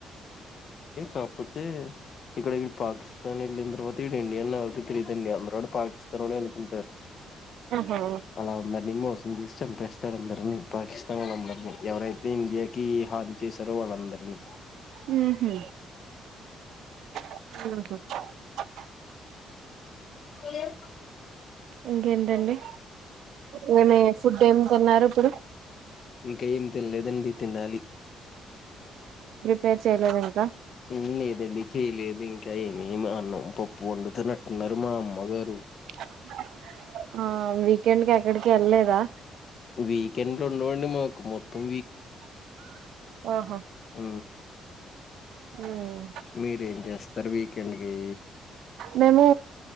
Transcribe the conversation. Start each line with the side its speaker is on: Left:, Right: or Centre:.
Left: కాపోతే ఇక్కడ ఇ పాకిస్ తునింద్రిలోత్ తిడండి అనిరికి తదండి అందరు కూడా పాకిస్తాన్ నోడే అనుకుంటారు
Right: ఆహా
Left: అలా అందరినీ మోస్ ముగిస్ చంపేస్తాడు అందరినీ పాకిస్తాన్ వాళ్ళందరినీ ఎవరైతే నే ఇండియాకి హాని చేశారు వాళ్ళందరిని
Right: ఉహు ఉహు
Left: ఆడ ఐరుకోను
Right: ఇంకేంటండి మే మే ఫుడ్ ఏం తిన్నారు ఇప్పుడు
Left: ఇంకేం తినలేదండి తినాలి
Right: పేరు చేయలేదు ఇంకా
Left: ఉన్నిఇరు ఏమి చేయలేదు ఇంకా ఏమి మా అన్నం పప్పు వండుతున్నట్టు ఉన్నారు మా అమ్మగారు
Right: అబ్బ ఆ అవును వీకెండ్కి ఎక్కడికి వెళ్లలేదా
Left: వీకెండ్లు ఉండవండి మాకు మొత్తం
Right: ఆహా
Left: ఉ
Right: ఉమ్.
Left: మీరు ఏం చేస్తారు వీకెండ్ కి
Right: మేము